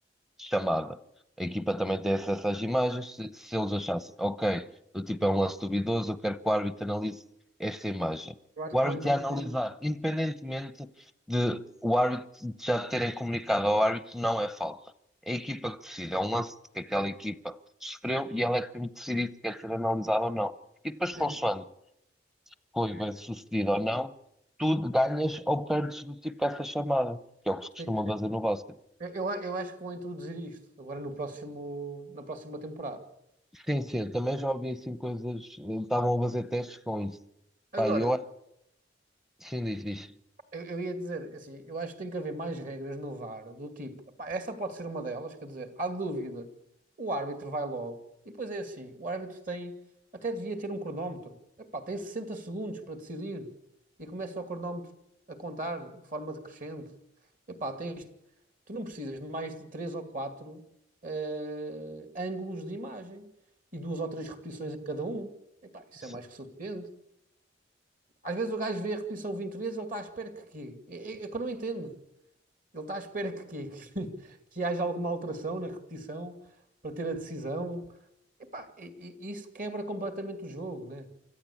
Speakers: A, in the centre; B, on the right.
A: chamada. A equipa também tem acesso às imagens. Se, se eles achassem, ok, o tipo é um lance duvidoso, eu quero que o árbitro analise esta imagem.
B: Eu acho
A: O
B: que
A: árbitro
B: vão introduzir
A: ia analisar, independentemente de o árbitro de já terem comunicado ao árbitro, não é falta. É a equipa que decide, é um lance que aquela equipa sofreu e ela é que tem que decidir se quer ser analisado ou não. E depois,
B: isto.
A: consoante foi bem sucedido ou não, tu ganhas ou perdes do tipo essa chamada, que é o que se costuma
B: Sim, sim.
A: fazer no basquete.
B: Eu, eu acho que vão introduzir isto agora no próximo, na próxima temporada.
A: Sim, sim, eu também já ouvi assim coisas. eh, Estavam a fazer testes com isso. Pá,
B: Agora,
A: eu. Sim, diz, diz.
B: Eu, eu ia dizer, assim, eu acho que tem que haver mais regras no VAR, do tipo, pá, essa pode ser uma delas, quer dizer, há dúvida, o árbitro vai logo. E depois é assim, o árbitro tem, até devia ter um cronómetro. Epá, tem 60 segundos para decidir e começa o cronómetro a contar de forma decrescente. Epá, tens, tu não precisas de mais de três ou quatro eh, ângulos de imagem e duas ou três repetições em cada um. Epá, isso
A: Sim.
B: é mais que suficiente. Às vezes o gajo vê a repetição 20 vezes, ele está à espera que quê? É, é- é que eu não entendo. Ele está à espera que quê? <laughs> Que, que haja alguma alteração na repetição para ter a decisão. Epá, e, e- isso quebra completamente o jogo, né?